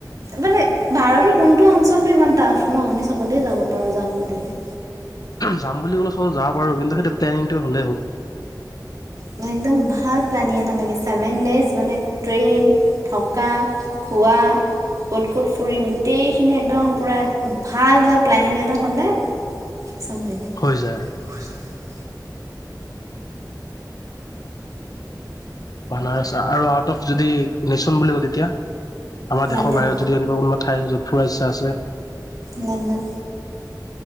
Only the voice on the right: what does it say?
মানে ভাৰতৰ কোনটো অঞ্চলটো ইমান টাফ নহয় আমি চবতে যাব পাৰো যাম বুলিলে।
মানে একদম ভাল প্লেনিং এটা লাগে, ছেভেন ডেইজ মানে ট্ৰেইন, থকা, খোৱা, ক'ত ক'ত ফুৰিম গোটেইখিনি একদম পূৰা ভাল ভ প্লেনিং এটা হ'লে <inaudible>
লণ্ডন
লণ্ডন